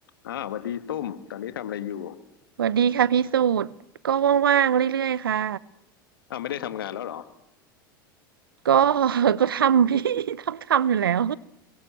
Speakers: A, on the left; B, on the right.
A: อ่าสวัสดีตุ้มตอนนี้ทำอะไรอยู่
B: สวัสดีค่ะพี่สูตรก็ว่างๆเรื่อยๆค่ะ
A: อ้าวไม่ได้ทำงานแล้วเหรอ
B: ก็ <laughs> ก็ทำพี่ <laughs> ทำทำอยู่แล้ว